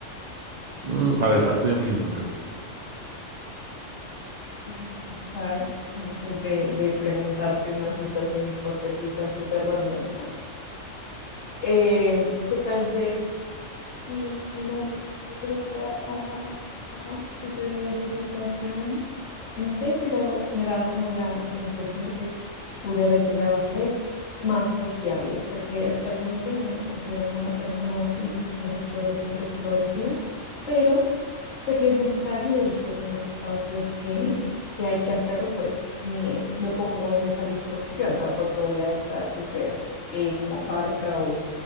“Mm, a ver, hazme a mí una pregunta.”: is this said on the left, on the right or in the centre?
Right